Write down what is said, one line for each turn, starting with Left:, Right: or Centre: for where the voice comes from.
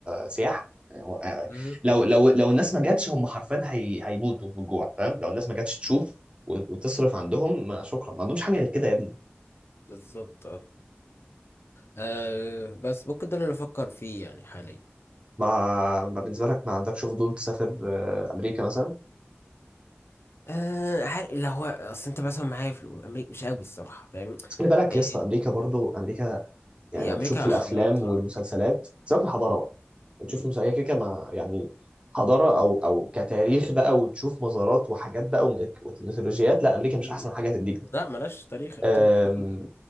Right: سياحه يعني هو- آه،
Left: مم.
Right: لو لو لو الناس ما جاتش هم حرفيا هي هيموتوا بالجوع فاهم لو الناس ما جاتش تشوف وت- وتصرف عندهم ما شكرا ما عندهمش حاجه غير كده يا ابني
Left: بالظبط اه آه، بس ممكن ده اللي بفكر فيه يعني حاليا
Right: ما ما بالنسبه لك ما عندكش فضول تسافر آه، امريكا مثلا
Left: آه عارف لو هو اصل انت مثلا معايا في امريكا مش قوي الصراحة فاهم
Right: بس خلي بالك
Left: ايه
Right: يا اسطى امريكا برضو امريكا يعني
Left: هي
Right: أنا
Left: امريكا
Right: بتشوف في الافلام
Left: حضارتها
Right: والمسلسلات سيبك من الحضاره بقى وتشوف
Left: م-
Right: في مسائيه كده ما يعني حضاره او او كتاريخ بقى وتشوف مزارات وحاجات بقى وم- وميثولوجيات لا امريكا مش
Left: م-
Right: احسن حاجه هتديك ده
Left: لا ملاش تاريخ يعتبر
Right: أم،
Left: هي جديدة